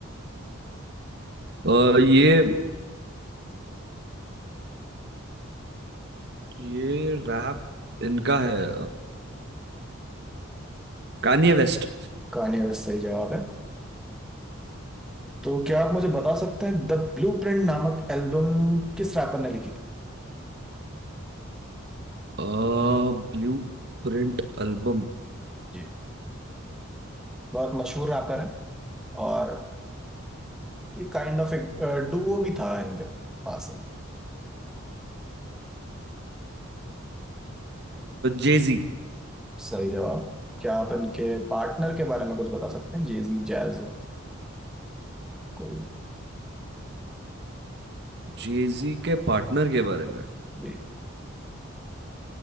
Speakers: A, on the right (about 50°); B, in the centre.
A: अ, ये ये रैप इनका है कान्ये वेस्ट
B: कान्ये वेस्ट सही जवाब है तो क्या आप मुझे बता सकते हैं द ब्लूप्रिंट नामक एल्बम किस रैपर ने लिखी थी
A: अ Blueprint album
B: जी बहुत मशहूर रैपर है और काइंड ऑफ एक डुओ भी था इनके पास
A: Jay Z
B: सही जवाब क्या आप इनके पार्टनर के बारे में कुछ बता सकते हैं जेजी जैज कोई
A: Jay Z के पार्टनर के बारे में
B: जी